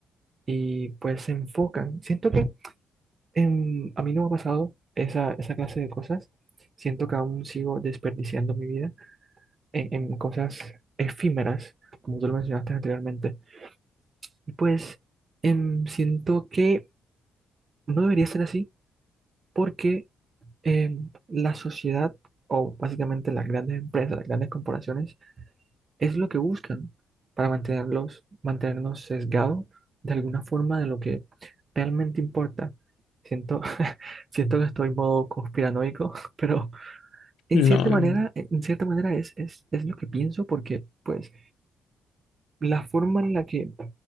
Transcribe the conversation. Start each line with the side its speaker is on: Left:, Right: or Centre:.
Right: y pues se enfocan. Siento que em, a mí no me ha pasado esa, esa clase de cosas. Siento que aún sigo desperdiciando mi vida en, en cosas efímeras, como tú lo mencionaste anteriormente y pues em, siento que no debería ser así porque em, la sociedad, o básicamente las grandes empresas, las grandes corporaciones, es lo que buscan para mantenerlos, mantenernos sesgados de alguna forma de lo que realmente importa. Siento, <laughs> siento que estoy en modo conspiranoico, <laughs> pero en
Left: No,
Right: cierta
Left: no,
Right: manera,
Left: no,
Right: en cierta manera es, es, es lo que pienso porque pues la forma en la que